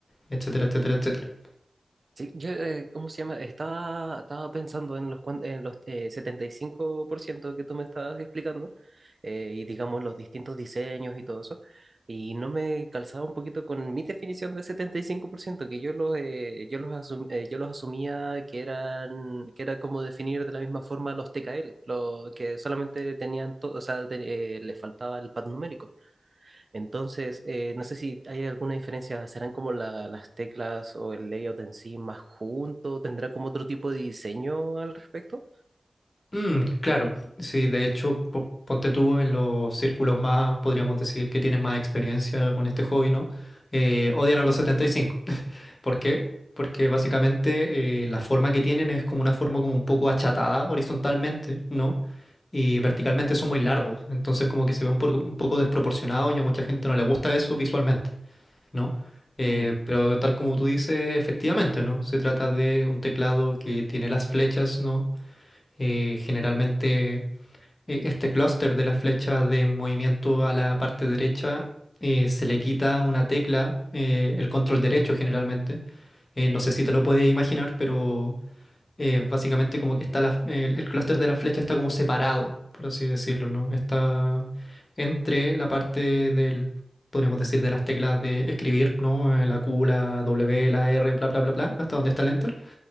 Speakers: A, on the left; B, on the right.
A: etcétera, etcétera, etcétera.
B: Sí, yo, eh, ¿cómo se llama? Estaba, estaba pensando en los, cuan- en los eh, 75% que tú me estabas explicando eh, y digamos los distintos diseños y todo eso. Y no me calzaba un poquito con mi definición de 75% que yo los, eh, yo los, asum- eh, yo los asumía que eran, que era como definir de la misma forma los TKL, los que solamente tenían, to- o sea, te- eh, les faltaba el pad numérico. Entonces, eh, no sé si hay alguna diferencia, ¿serán como la- las teclas o el layout en sí más junto? ¿Tendrá como otro tipo de diseño al respecto?
A: Mm, claro, sí, de hecho, po- ponte tú en los círculos más, podríamos decir, que tienen más experiencia con este hobby, ¿no? Eh, odian a los setenta y cinco ¿Por qué? Porque básicamente eh, la forma que tienen es como una forma como un poco achatada horizontalmente, ¿no? Y verticalmente son muy largos, entonces como que se ve un, por- un poco desproporcionado y a mucha gente no le gusta eso visualmente, ¿no? Eh,
B: Mm.
A: pero tal como tú dices, efectivamente, ¿no? Se trata de un teclado que tiene las flechas, ¿no? Eh, generalmente eh, este clúster de las flechas de movimiento a la parte derecha eh, se le quita una tecla, eh, el control derecho generalmente eh, no sé si te lo puedes imaginar, pero eh, básicamente como que está la- el, el clúster de la flecha está como separado, por así decirlo, ¿no? Está entre la parte del, podríamos decir, de las teclas de escribir, ¿no? Eh, La Q, la W, la R, bla, bla, bla, bla, hasta donde está el Enter.